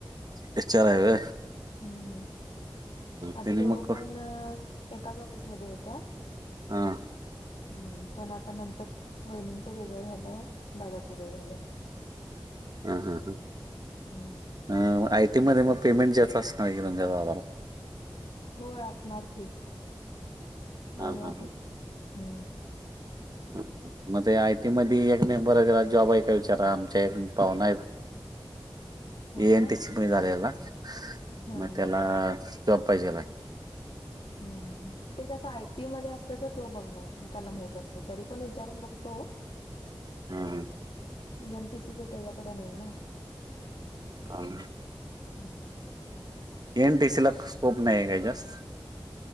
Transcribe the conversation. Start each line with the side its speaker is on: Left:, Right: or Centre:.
Right: एचं चार आहेत व्हय
Left: हम्म आधी
Right: त्यांनी
Left: दोघं
Right: मग
Left: पण
Right: हा
Left: एकाच ऑफिसमध्ये होत्या.
Right: हा
Left: हम्म पण आता नंतर वहिणींचं वेगळं झालं दादाचं वेगळ झालं. <unintelligible>
Right: ह हा
Left: हम्म
Right: हां आय टी मध्ये मग पेमेंट ज्याचं असणार की तुमच्या भावाला
Left: होय असणार की
Right: हा
Left: आहे
Right: हा
Left: आहे
Right: हा
Left: हम्म.
Right: मग ते आय टी मध्यी एक मेंबर आहे त्याला जॉब आहे काय विचारा आमच्या पाहुना आहे.
Left: आहे
Right: ए
Left: काय
Right: एन टी सी पणी झालेला
Left: हा
Right: म त्याला जॉब पाहिजेला
Left: ह हं हं ते कसं आयटी मध्ये असलं तर तो ब त्याला माहित असते तरी पण विचारून बघतो. <unintelligible>
Right: हा
Left: एन टी सीच त्याच्याकड नाही ना
Right: <unintelligible>
Left: हम्म.
Right: एन टी सी ला स्कोप नाय आहे का जास्त